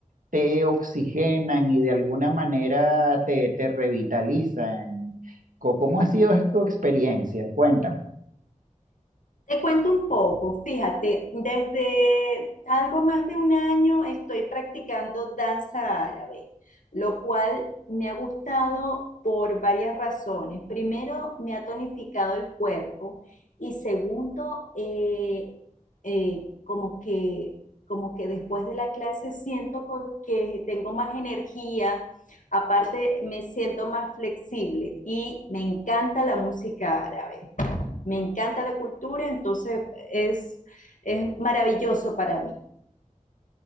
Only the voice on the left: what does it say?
Te cuento un poco, fíjate, desde algo más de un año estoy practicando danza árabe, lo cual me ha gustado por varias razones. Primero, me ha tonificado el cuerpo y segundo, eh, eh, como que, como que después de la clase siento con- que tengo más energía, aparte me siento más flexible y me encanta la música árabe me encanta la cultura, entonces es, es maravilloso para mí.